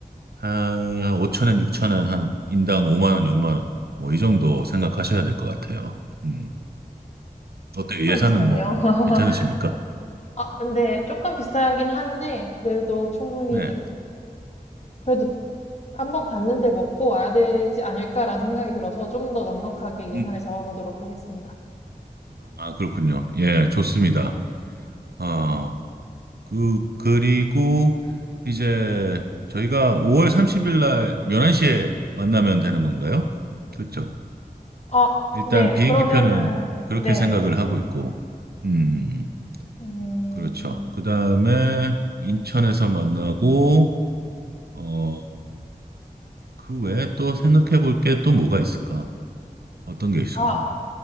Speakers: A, on the right; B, on the left.
A: 한5천엔6천엔 한 인당 5만 원, 6만 원. 뭐 이 정도 생각하셔야 될 것 같아요. 음. 어때요?
B: 조금
A: 예산은
B: 비싸네요.
A: 뭐
B: <laughs>
A: 괜찮으십니까?
B: 아, 근데 조금 비싸긴 한데, 그래도 충분히,
A: 네.
B: 그래도 한 번 갔는데 먹고 와야 되지 않을까라는 생각이 들어서 좀 더 넉넉하게 예산을
A: 음.
B: 잡아보도록 하겠습니다.
A: 아, 그렇군요. 예, 좋습니다. 어, 그, 그리고 이제 저희가 5월 30일 날 11시에 만나면 되는 건가요? 그렇죠.
B: 아,
A: 일단
B: 네.
A: 비행기
B: 그러면은,
A: 표는 그렇게
B: 네.
A: 생각을 하고 있고, 음,
B: 음,
A: 그렇죠. 그 다음에 인천에서 만나고, 어, 그 외에 또 생각해 볼 게 또 뭐가 있을까? 어떤 게 있을까?
B: 아,